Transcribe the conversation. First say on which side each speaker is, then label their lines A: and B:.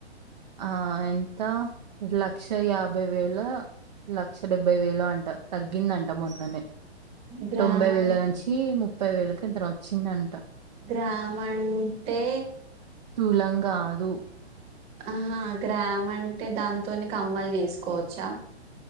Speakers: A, on the right (about 40°); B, on the right (about 15°).
A: ఆ అంత లక్ష యాభై వేల లక్ష డెబ్బై వేలు అంట తగ్గిందంట మొన్ననే
B: గ్రామ్
A: తొంభై
B: అం
A: వేళ్ళ నుంచి ముప్పై వేలకి ఇంత వచ్చింద అంట
B: గ్రామ్ అంటే
A: తులం కాదు
B: ఆహా గ్రామ్ అంటే దాంతోని కమ్మలు చేసుకోవచ్చా